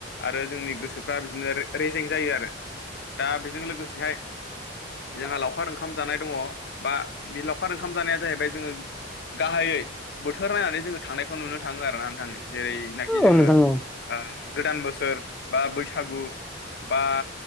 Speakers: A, on the left; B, in the centre.
A: आरो जोंनि गोसोफ्रा बिदिनो रेजें जायो आरो दा बेजों लोगोसेहाय
B: <unintelligible>
A: जोंहा लावखार ओंखाम जानाय दङ बा बे लावखार ओंखाम जानाया जाहैबाय जोङो गाहायै बोथोर नायनानै जोङो थांनायखौ नुनो थाङो आरो ना नोंथां जेरैनाखि जोङो
B: मोनो आरो। औ नोंथां
A: ओ
B: औ
A: गोदान बोसोर बा बैसागु बा